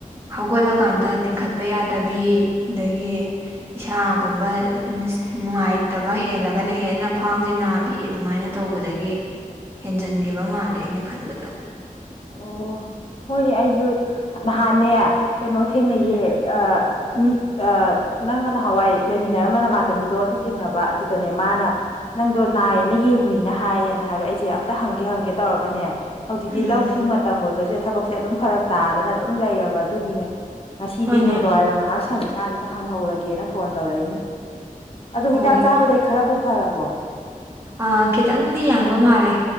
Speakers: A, on the right; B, on the left.
A: ꯍꯧꯒꯠꯂꯀꯥꯟꯗ ꯇꯤꯡꯈꯠꯄ ꯌꯥꯗꯕꯤ ꯑꯗꯒꯤ ꯏꯁꯥꯒꯨꯝꯕ ꯅꯨꯡꯉꯥꯏꯇꯕ ꯍꯦꯜꯂꯒꯅ ꯍꯦꯟꯅ ꯈ꯭ꯋꯥꯡꯁꯦ ꯅꯥꯕꯤ ꯑꯗꯨꯃꯥꯏꯅ ꯇꯧꯕꯗꯒꯤ ꯍꯦꯟꯖꯟꯈꯤꯕ ꯃꯥꯜꯂꯦ ꯑꯩꯅ ꯈꯟꯕꯗ
B: ꯑꯣ ꯍꯣꯏꯅꯦ ꯑꯩꯁꯨ ꯅꯍꯥꯟꯅꯦ ꯀꯩꯅꯣ ꯊꯦꯡꯅꯩꯌꯦ
A: ꯎꯝ
B: ꯃꯤ <unintelligible> ꯅꯪꯒ ꯅꯍꯥꯟꯋꯥꯏ ꯂꯩꯃꯤꯟꯅꯔꯝꯕ ꯅꯃꯥꯟꯅꯕꯤꯗꯣ ꯑꯗꯨ ꯊꯦꯡꯅꯕ ꯑꯗꯨꯗꯅꯦ ꯃꯥꯅ ꯅꯪꯗꯣ ꯅꯥꯏꯌꯦꯅ ꯌꯦꯡꯉꯨꯏꯅ ꯍꯥꯏꯌꯦꯅ ꯍꯥꯏꯕ ꯑꯩꯁꯦ ꯑꯝꯇ ꯍꯪꯒꯦ ꯍꯪꯒꯦ ꯇꯧꯔꯒꯅꯦ ꯍꯧꯖꯤꯛꯇꯤ
A: ꯎꯝ
B: ꯂꯧꯁꯤꯡ ꯃꯇꯝꯒꯤ ꯑꯣꯏꯕꯁꯦ ꯊꯕꯛꯁꯦ ꯑꯗꯨꯝ ꯐꯔꯛ ꯇꯥꯗꯅ ꯑꯗꯨꯝ ꯂꯩꯔꯕ ꯑꯗꯨꯒꯤꯅꯦ ꯉꯁꯤꯗꯤ
A: ꯍꯣꯏꯅꯦ
B: ꯅꯨꯡꯗꯥꯡꯋꯥꯏꯔꯝ ꯉꯥꯏꯍꯥꯛ ꯁꯪꯉꯤꯀꯥꯟꯁꯤꯗ ꯍꯪꯍꯧꯔꯒꯦꯅ ꯐꯣꯟ ꯇꯧꯔꯛꯏꯅꯦ ꯑꯗꯣ
A: ꯍꯣꯏ
B: ꯍꯤꯗꯥꯛ ꯆꯥꯕꯗꯩ ꯈꯔꯕꯨ ꯐꯔꯕꯣ
A: ꯑ ꯈꯤꯇꯪꯗꯤ ꯌꯥꯡꯕ ꯃꯥꯜꯂꯦ